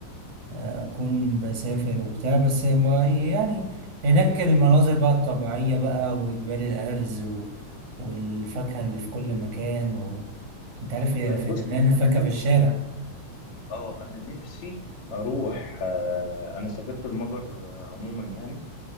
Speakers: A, on the right; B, on the left.
A: أكون بسافر وبتاع بس ما يعني هناك المناظر بقى الطبيعية بقى وجبال الأرز و... والفاكهة اللي في كل مكان و... أنت عارف يا
B: لا
A: في
B: بص
A: لبنان الفاكهة
B: انا
A: في
B: نفسي
A: الشارع
B: اه انا نفسي اروح آه، انا سافرت المجر آه، عموما يعني